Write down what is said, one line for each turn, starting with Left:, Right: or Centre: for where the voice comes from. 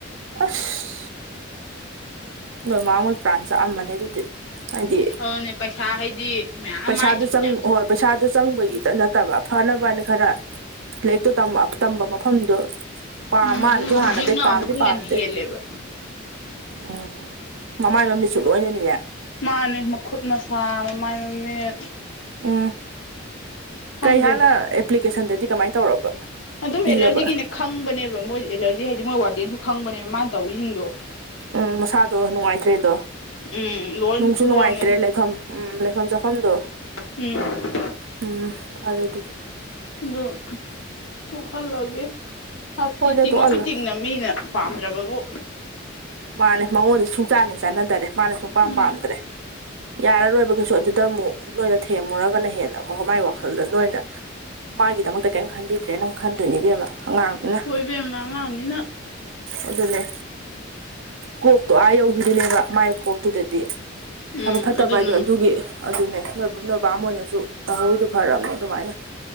Right: ꯑꯁ ꯅꯣꯏ ꯃꯥ ꯃꯣꯏ ꯄ꯭ꯔꯥꯟ ꯆꯥꯛꯑꯝꯕꯅꯤ ꯑꯗꯨꯗꯤ ꯍꯥꯏꯗꯤ
Left: ꯑꯗꯨꯅꯤ ꯄꯩꯁꯥ ꯍꯥꯏꯗꯤ ꯃꯌꯥꯝ
Right: ꯄꯩꯁꯥꯗꯨ
Left: ꯃꯥꯏꯗ ꯐꯅꯌꯥꯝ
Right: ꯆꯪ ꯍꯣꯏ ꯄꯩꯁꯥꯗꯨ ꯆꯪꯕꯒꯤꯇ ꯅꯠꯇꯕ ꯐꯅꯕꯅ ꯈꯔ ꯂꯥꯏꯔꯤꯛꯇꯣ ꯇꯝꯕ ꯇꯝꯕ ꯃꯐꯝꯗꯣ ꯄꯥꯝ
Left: ꯎꯝ
Right: ꯃꯥꯅꯁꯨ
Left: ꯑꯗꯨ ꯍꯧꯖꯤꯛꯅ
Right: ꯍꯥꯟꯅꯗꯩ ꯄꯥꯝꯗꯤ
Left: ꯑꯃꯨꯛꯀ
Right: ꯄꯥꯝꯗꯦ
Left: ꯍꯦꯟꯅ ꯍꯦꯜꯂꯦꯕ
Right: ꯎꯝ ꯃꯃꯥꯏ ꯃꯃꯤꯠꯁꯨ ꯂꯣꯏꯅꯅꯤꯅꯦ
Left: ꯃꯥꯅꯦ ꯃꯈꯨꯠ ꯃꯁꯥ ꯃꯃꯥꯏ ꯃꯃꯤꯠ
Right: ꯎꯝ
Left: ꯈꯪꯗꯦ
Right: ꯀꯩ ꯍꯥꯟꯅ ꯑꯦꯄ꯭ꯂꯤꯀꯦꯁꯟꯗꯗꯤ ꯀꯃꯥꯏꯅ ꯇꯧꯔꯕ
Left: ꯑꯗꯨꯝ ꯑꯦꯂꯔꯖꯤꯒꯤꯅꯦ
Right: ꯏꯔꯕ
Left: ꯈꯪꯕꯅꯦꯕ ꯃꯣꯏ ꯑꯦꯂꯔꯖꯤ ꯍꯥꯏꯗꯤ ꯃꯣꯏ ꯋꯥꯔꯗꯦꯟꯁꯨ ꯈꯪꯕꯅꯦꯕ ꯃꯥꯅ ꯇꯧꯔꯤꯁꯤꯡꯗꯣ
Right: ꯎꯝ ꯃꯁꯥꯗꯣ ꯅꯨꯡꯉꯥꯏꯇꯔꯤꯗꯣ
Left: ꯎꯝ ꯂꯣꯏ
Right: ꯅꯨꯡꯁꯨ
Left: ꯐꯨꯗꯣꯛꯑꯝꯅꯦ
Right: ꯅꯨꯡꯉꯥꯏꯇ꯭ꯔꯦ ꯂꯩꯐꯝ ꯎꯝ ꯂꯩꯐꯝ ꯆꯥꯐꯝꯗꯣ
Left: ꯎꯝ
Right: ꯎꯝ ꯎꯝ ꯐꯔꯦ ꯑꯗꯨꯗꯤ
Left: ꯑꯗꯨ ꯇꯨ ꯍꯜꯂꯒꯦ ꯍꯥꯠ
Right: ꯍꯣꯏꯗ
Left: ꯏ ꯇꯤꯉꯁꯨ
Right: ꯇꯣꯛꯍꯜꯂꯣ
Left: ꯇꯤꯡꯅꯕ ꯃꯤꯅ ꯄꯥꯝꯗ꯭ꯔꯕꯕꯨ
Right: ꯃꯥꯅꯦ ꯃꯉꯣꯟꯗ ꯁꯨꯡꯆꯥꯟꯅꯦ ꯆꯥꯟꯅꯗꯔꯦ ꯃꯥꯅꯦ ꯁꯨꯡꯄꯥꯝ
Left: ꯎꯝ
Right: ꯄꯥꯝꯗ꯭ꯔꯦ ꯌꯥꯔꯔꯣꯏꯕꯒꯤꯁꯨ ꯑꯗꯨꯗ ꯑꯃꯨꯛ ꯅꯣꯏꯅ ꯊꯦꯝꯃꯨꯔꯒꯅ ꯍꯦꯟꯅ ꯑꯃꯨꯛꯀ ꯃꯥꯏ ꯋꯥꯈꯜꯗ ꯅꯣꯏꯅ ꯃꯥꯒꯤꯗꯃꯛꯇ ꯀꯔꯤꯝ ꯈꯟꯕꯤꯗ꯭ꯔꯦꯅ ꯑꯃꯛ ꯈꯟꯗꯣꯏꯅꯦꯕꯦꯝ ꯑꯉꯥꯡꯅ
Left: ꯍꯣꯏ ꯏꯕꯦꯝꯃ ꯑꯉꯥꯡꯅꯤꯅ
Right: ꯑꯗꯨꯅꯦ ꯀꯣꯛꯇꯣ ꯑꯥ ꯌꯧꯈꯤꯗꯨꯅꯦꯕ ꯃꯥꯏ ꯀꯣꯛꯇꯨꯗꯗꯤ
Left: ꯎꯝ
Right: ꯐꯕ ꯐꯠꯇꯕ
Left: ꯑꯗꯨꯅ
Right: ꯍꯥꯏꯗꯣ ꯑꯗꯨꯒꯤ ꯑꯗꯨꯅꯦ ꯅꯣꯏꯕꯨꯝ ꯅꯣꯏꯕꯝ ꯑꯣꯏꯅꯁꯨ ꯇꯥꯍꯧꯋꯤꯗꯨꯣ ꯐꯔꯛꯑꯝꯅꯦ ꯑꯗꯨꯃꯥꯏꯅ